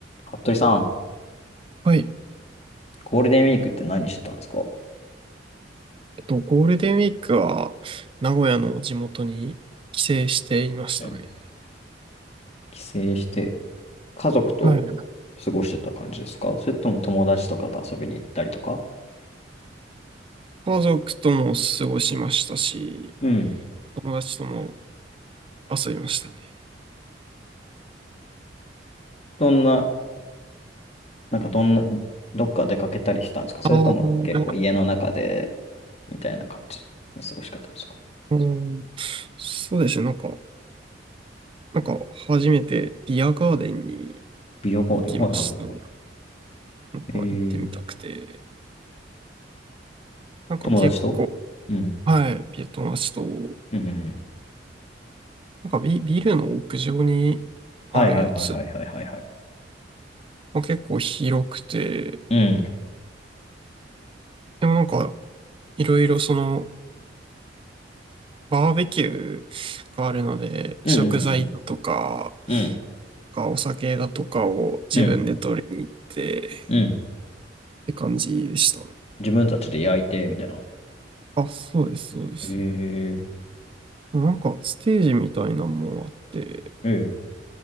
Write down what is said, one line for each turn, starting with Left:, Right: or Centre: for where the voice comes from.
Left: 服部さん、
Right: はい。
Left: ゴールデンウィークって何してたんですか
Right: えっと、ゴールデンウィークは、名古屋の地元に帰省していましたね。
Left: うん帰省して、家族と
Right: はい。
Left: 過ごしてた感じですかそれとも友達とかと遊びに行ったりとか
Right: 家族とも過ごしましたし、
Left: うん。
Right: 友達とも遊びましたね。
Left: どんな、なんかどんな、どっか出かけたりしたんですかそれとも結構家の中で、
Right: あー
Left: みたいな感じの過ごし方ですか
Right: あの、そうですね。なんか、なんか、初めてビアガーデンに
Left: 美容ゴールデン、
Right: 行きましたね。
Left: はいはいは
Right: なんか、
Left: い。え
Right: 行ってみたくて。
Left: ー、
Right: なんか結構、
Left: 友達とうん。
Right: はい、ビア友達と、
Left: うんうんうん。
Right: なんかビ、ビルの屋上にあるやつ、
Left: はいはいはいはいはいはいはい。
Right: まあ、結構広くて、
Left: うん。
Right: でもなんか、いろいろその、バーベキューがあるので、
Left: うんうんうん
Right: 食材だとか、
Left: うん。
Right: お酒だとかを自分で取りに行ってっ
Left: うん。うん。うん
Right: て感じでしたね。
Left: 自分たちで焼いて、みたいな。
Right: あ、そうです、そうです。
Left: え
Right: なんかステージみたいなのもあって、
Left: ー、えー。